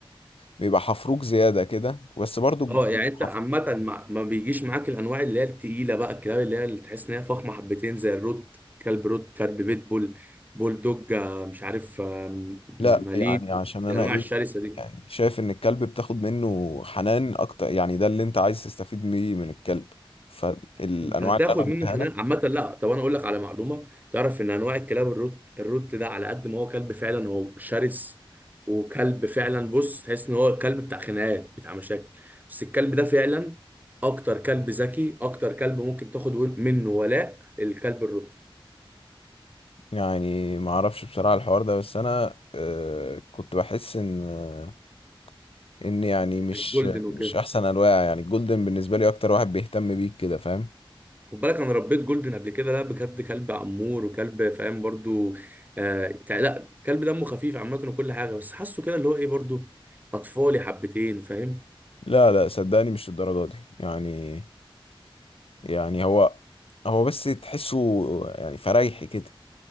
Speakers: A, on the left; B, on the right.
A: بيبقى حفروك زيادة كده بس برضو
B: اه يعني انت
A: حفروك.
B: عامه ما... ما بيجيش معاك الانواع اللي هي التقيله بقى الكلاب اللي هي اللي تحس ان هي فخمه حبتين زي الروت كلب روت كلب بيت بول بول دوج آه، مش عارف آه، م-
A: لا
B: مالين
A: يعني عشان انا
B: الانواع
A: ايه
B: الشرسه دي
A: يعني شايف ان الكلب بتاخد منه حنان اكتر يعني ده اللي انت عايز تستفيد بيه من الكلب فالانواع
B: انت هتاخد
A: اللي انا
B: منه
A: قلتها
B: حنان
A: لك
B: عامة لا طب انا اقول لك على معلومة تعرف ان انواع الكلاب الروت الروت ده على قد ما هو كلب فعلا هو شرس وكلب فعلا بص تحس ان هو كلب بتاع خناقات بتاع مشاكل بس الكلب ده فعلا اكتر كلب ذكي اكتر كلب ممكن تاخد ون- منه ولاء الكلب الروت
A: يعني ما اعرفش بصراحة الحوار ده بس انا آه، كنت بحس ان آه، ان يعني مش
B: الجولدن وكده
A: مش احسن انواع يعني الجولدن بالنسبة لي اكتر واحد بيهتم بيك كده فاهم
B: خد بالك انا ربيت جولدن قبل كده لا بجد كلب امور وكلب فاهم برضو آه تع- لا كلب دمه خفيف عامة وكل حاجة بس حاسه كده اللي هو ايه برضو اطفالي حبتين فاهم
A: لا لا صدقني مش الدرجة دي يعني يعني هو هو بس تحسه يعني فريحي كده